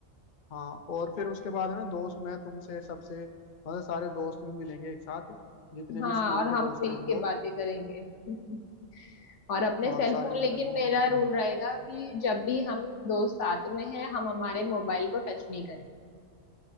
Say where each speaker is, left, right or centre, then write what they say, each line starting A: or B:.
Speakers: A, on the left; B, on the left.
A: हाँ और फिर उसके बाद है ना दोस्त मैं तुमसे सबसे मतलब सारे दोस्त भी मिलेंगे एक साथ जितने
B: हाँ
A: भी स्कूल
B: और
A: के
B: हम
A: दोस्त
B: मिलके
A: हैं हम लोग
B: बातें करेंगे <laughs> और अपने
A: हाँ
B: सेल
A: सारे
B: फोन
A: मिल
B: लेकिन
A: करके
B: मेरा
A: बातें करेंगे
B: रूल रहेगा कि जब भी हम दोस्त साथ में हैं हम हमारे मोबाइल को टच नहीं करें